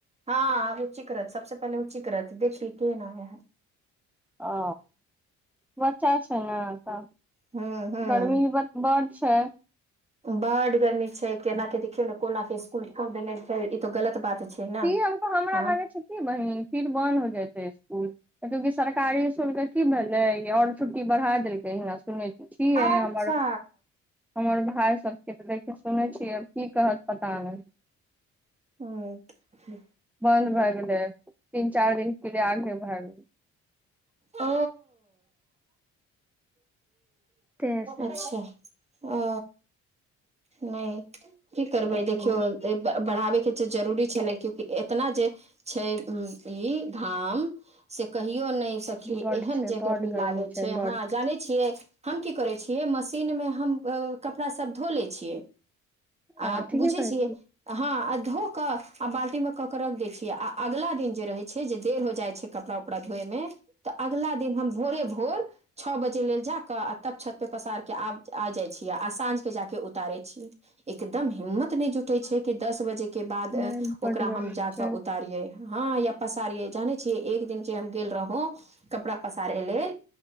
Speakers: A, on the right; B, in the centre.
A: हँ आ चिकरत सबसँ पहिले चिकरत देख केन <unintelligible>
B: ओ बच्चा छै ने तऽ
A: हूं हूं
B: गर्मी ब बड़ छै
A: बड गर्मी छै केना देखियौ कोना कऽ इसकुल यूनिफ़ॉर्म पहिरतै ई गलत बात छै ने
B: <unintelligible> हमक हमरा
A: हँ
B: लगे छै क बहिन फिर बंन्द हो जयते इसकुल कतकि सरकारी इस्कुलके की भेलै आओर छुट्टी बढ़ा देलकै हना सुनैके की है
A: अच्छा
B: हमर हमर भााय सबके तऽ देखिय सुनै छियै आ की कहत पता नहि
A: ह
B: बंद भए गेलै तीन चारि दिनक के लिए आगे भए गेल
A: ओ
B: तें से
A: अच्छा अ नहि की करबै
B: ऐसे
A: देखियौ बढ़ाबै के च छै जरूरी छलै क्यूंकि एतना जे छै ई धाम से कहियो नहि सखी
B: बड
A: एहन
B: छै
A: जे
B: बड
A: गरमी
B: गर्मी
A: लागै छै
B: बड
A: हँ जानै छियै हम की करै छियै मशीन मे हम कपड़ा सब धो लै छियै आ
B: आ ठीके
A: बुझै
B: कहै
A: छियै हँ आ धो क आ बाल्टी मे कऽ क रख दैय छियै आ अगला दिन जे रहे छै जे देर हो जाइ छै कपड़ा उपड़ा धोए मे तऽ अगला दिन हम भोरे भोर छ बजे लेल जा कऽ आ तब छत पे पसार के आब आ जाइ छियै आ साँझ के जाके उतारै छियै एकदम हिम्मत नहि जुटै छै कि दस बजे के बाद
B: नहि बड
A: ओकरा
B: गर्मी
A: हम जाकऽ
B: छै
A: उतारिये हँ या पसारियै जानै छियै एक दिन जे हम गेल रहु कपड़ा पसारै के लेल